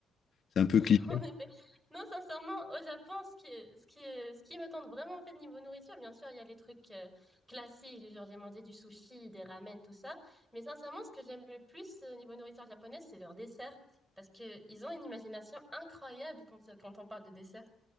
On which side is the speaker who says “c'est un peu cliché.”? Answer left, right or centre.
Left